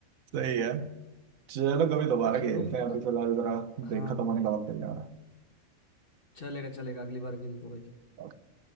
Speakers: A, on the right; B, on the left.
A: सही है चलो कभी दोबारा
B: चलो
A: खेलते हैं अभी
B: अ-
A: फिलहाल जरा ब्रेक
B: हाँ
A: खत्म होने
B: भाई
A: का वक्त हो जा रहा
B: चलेगा चलेगा अगली बार खेलते हैं भाई
A: है